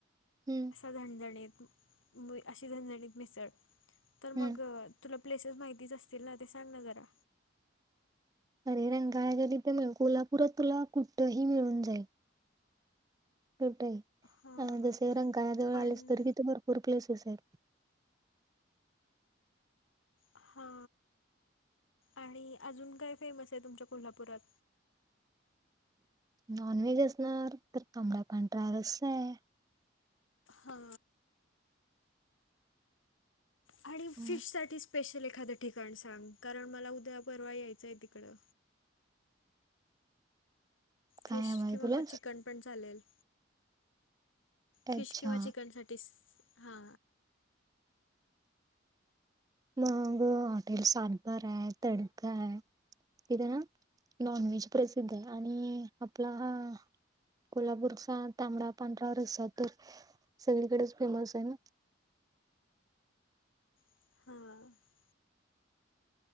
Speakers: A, on the right (about 20°); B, on the left (about 80°).
A: हम्म
B: झणझणीत मी अशी झणझणीत मिसळ, तर
A: हम्म
B: मग तुला प्लेसेस माहितीच असतील ना. ते सांग ना जरा.
A: अरे रंकाळाच्या तीथ मिळ, कोल्हापूरात तुला कुठंही मिळून जाईल. कुठंही,
B: हां
A: अं
B: हां
A: जसं रंकाळ्याजवळ
B: पण
A: आलं तरी तिथं भरपूर प्लेसेस आहे.
B: हा. आणि अजून काय फेमस आहे तुमच्या कोल्हापुरात?
A: नॉनव्हेज असणार तर ताबडा पांढरा रसा आहे.
B: हा. आणि
A: अ,
B: फिश साठी स्पेशल एखादं ठिकाण सांग. कारण मला उद्या-परवा यायचं आहे तिकडं.
A: काय
B: फिश
A: हवं आहे
B: किंवा
A: तुला?
B: मग चिकन पण चालेल. फिश
A: अच्छा
B: किंवा चिकन साठी स. हा.
A: मग हॉटेल सातबारा आहे, तडका आहे. तिथे ना नॉनव्हेज प्रसिद्ध आहे आणि आपला हा कोल्हापूरचा तांबडा पांढरा रसा तर सगळीकडेच फेमस आहे ना.
B: हा.